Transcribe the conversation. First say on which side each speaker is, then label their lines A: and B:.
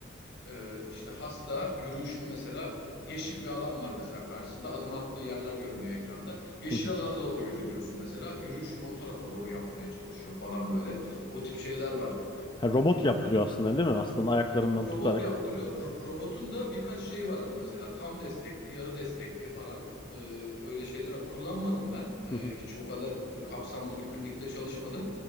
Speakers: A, on the left (about 60°); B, on the left (about 25°).
A: Ee, işte hasta yürüyüşünü mesela yeşil bir alan var mesela karşısında. Adım attığı yerler görünüyor ekranda. Yeşil
B: Hı hı.
A: alana doğru yürü diyorsun mesela. Yürüyüşünü o tarafa doğru yapmaya çalışıyor falan böyle. O tip şeyler var
B: Ha, robot yaptırıyor aslında değil mi? Aslında ayaklarından
A: robot
B: tutarak.
A: yaptırıyor. Ro- Robotun da birkaç şeyi var ama mesela tam destekli, yarı destekli falan e, öyle şeyler var. Kullanmadım ben. E,
B: Hı hı.
A: hiç o kadar e, kapsamlı bir klinikte çalışmadım.